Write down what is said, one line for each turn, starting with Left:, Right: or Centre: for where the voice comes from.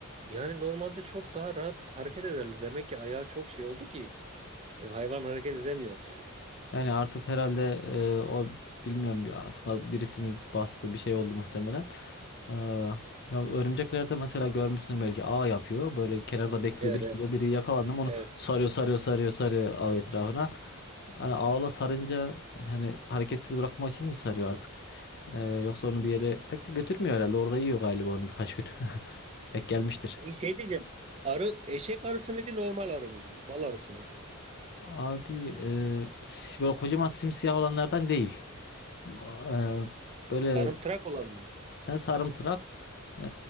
Right: yani normalde çok daha rahat hareket ederler. Demek ki ayağı çok şey oldu ki e, hayvan hareket edemiyordu yani.
Left: Yani artık herhalde e, o bilmiyorum bir- artık na- birisi mi bastı bir şey oldu muhtemelen. Ee, ya örümceklerde mesela görmüşsündür belki ağ yapıyor. Böyle kenarda bekliyor
Right: Evet
Left: bekliyor.
Right: evet.
Left: Biri yakalandı mı onu
Right: Evet.
Left: sarıyor sarıyor sarıyor sarıyor ağ etrafına. Hani ağla sarınca hani hareketsiz bırakmak için mi sarıyor artık? Ee, yoksa onu bir yere pek de götürmüyor herhalde. Orada yiyor galiba onu birkaç gün. <laughs> Denk gelmiştir.
Right: Peki şey diyeceğim. Arı eşek arısı mıydı normal arı mıydı? Bal arısı mıydı?
Left: Abi e, si- böyle kocaman simsiyah olanlardan değil. Eee, böyle
Right: Sarımtırak olan mı?
Left: He, sarımtırak. Ee,